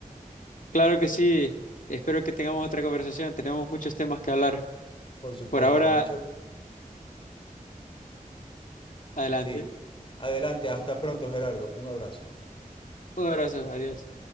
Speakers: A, on the left; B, on the left.
A: Claro que sí. Espero que tengamos otra conversación. Tenemos muchos temas que hablar.
B: Por supuesto,
A: Por ahora,
B: mucho.
A: adelante.
B: Sí. Adelante, hasta pronto, Gerardo. Un abrazo.
A: Un abrazo. Adiós.